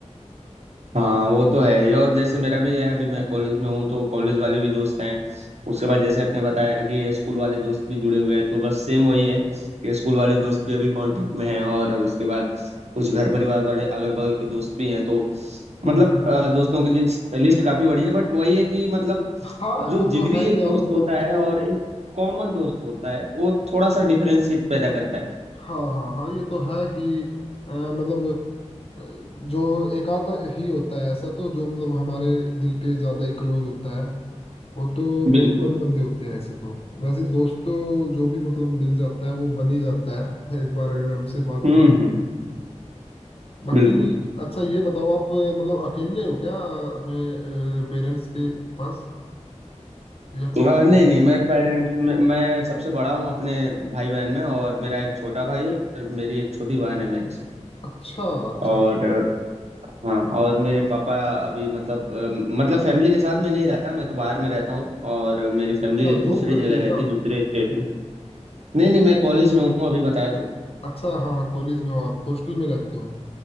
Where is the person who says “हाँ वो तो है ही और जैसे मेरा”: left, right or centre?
Right